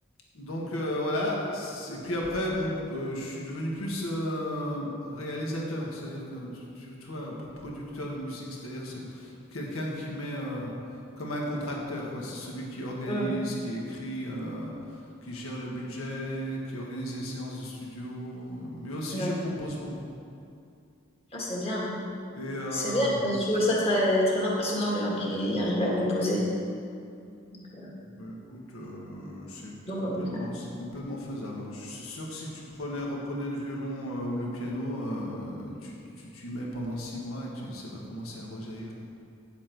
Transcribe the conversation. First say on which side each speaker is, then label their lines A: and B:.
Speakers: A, on the left; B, on the left.
A: donc euh, voilà. C- Et puis après, bon, euh, je suis devenu plus euh, réalisateur, c'est-à-dire que tu, tu- tu vois, pro- producteur de musique, c'est-à-dire c'est quelqu'un qui met euh, comme un contracteur, quoi. C'est celui qui organise,
B: ouais.
A: qui écrit. euh, qui gère le budget, qui organise les séances de studio, mais aussi
B: Ouais.
A: je compose beaucoup.
B: Ah, c'est bien.
A: Et euh,
B: C'est bien. Moi, J'ai trouvé ça très, très impressionnant, les gens qui arrivent à composer. Donc, euh,
A: Bah écoute, heu, c'est
B: donc,
A: complètement
B: on peut bien.
A: c'est complètement faisable, hein. Je suis sûr que si tu prenais reprenais le violon, heu, ou le piano, heu, tu tu t'y mets pendant 6 mois et tu ça va commencer à rejaillir